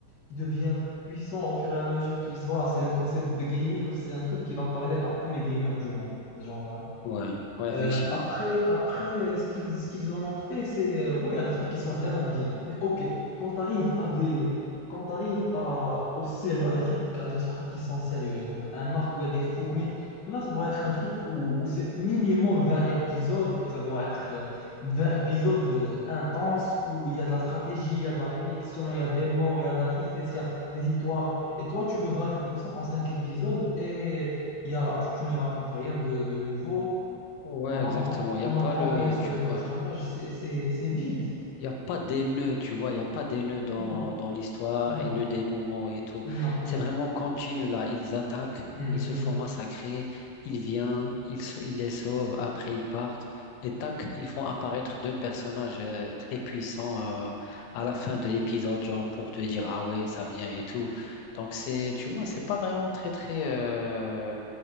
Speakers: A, on the left (about 45°); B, on the left (about 90°).
A: qui devient puissant au fur et à mesure qu'il se voit. C'est le concept de gaming, c'est un truc qui va parler à tous les gamers du monde. Genre, euh,
B: ouais, ouais,
A: euh,
B: effectivement.
A: après, après euh, ce qu'ils ce qu'ils en ont fait, c'est euh, ouais, il y a des trucs qui sont vraiment bien. Mais ok, quand tu arrives à des quand t'arrives à au sérieux, à des trucs à des trucs qui sont sérieux, donc un arc où il y a des fourmis, là ça doit être un truc où, où c'est minimum 20 épisodes et ça doit être euh, 20 épisodes euh, intenses où il y a de la stratégie, il y a de la réflexion, il y a des morts, il y a de la tristesse, il y a des victoires. Et toi, tu veux bâcler tout ça en 5 épisodes et il y a, tu, tu ne racontes rien de de nouveau.
B: Ouais,
A: On apprend,
B: exactement. Il
A: on
B: y a
A: n'apprend
B: pas le,
A: rien sur
B: tu
A: les
B: vois.
A: personnages, c'est c'est- c'est vide.
B: Il n'y a pas des nœuds, tu vois, il n'y a pas des nœuds dans,
A: Non,
B: dans l'histoire
A: non,
B: et le dénouement et tout.
A: non, non.
B: C'est vraiment continu là. Ils attaquent,
A: Hmm,
B: ils se
A: hmm.
B: font massacrer, ils viennent, ils, se- ils les sauvent, après ils partent. Et tac, ils font apparaître deux personnages euh, très puissants euh, à la fin de l'épisode, genre pour te dire, ah ouais, ça vient et tout. Donc c'est, tu vois, c'est pas vraiment très, très, euh,